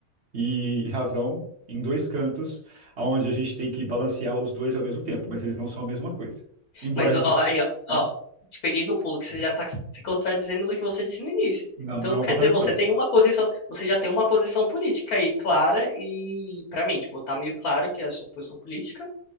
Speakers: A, on the right; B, on the left.
A: e razão em dois cantos, onde a gente tem que balancear os dois ao mesmo tempo, mas eles não são a mesma coisa. Embora
B: Mas
A: a
B: ó,
A: gente,
B: aí, ó,
A: né?
B: ó, te peguei no pulo, que você já tá se contradizendo do que você disse no início.
A: Não,
B: Então,
A: não é uma
B: quer
A: contradição.
B: dizer, você tem uma posição, você já tem uma posição política aí clara e, pra mim, tipo, tá meio claro que a sua posição política